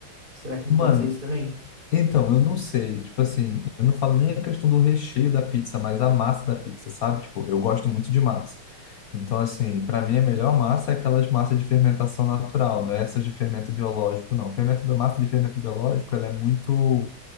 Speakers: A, on the right (about 20°); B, on the left (about 75°).
A: Será que não
B: Mano,
A: pode ser isso também?
B: então, eu não sei. Tipo assim, eu não falo nem a questão do recheio da pizza, mas a massa da pizza, sabe? Tipo, eu gosto muito de massa. Então, assim, para mim a melhor massa é aquelas massas de fermentação natural, não é essas de fermento biológico, não. Fermento, bio- massa de fermento biológico, ela é muito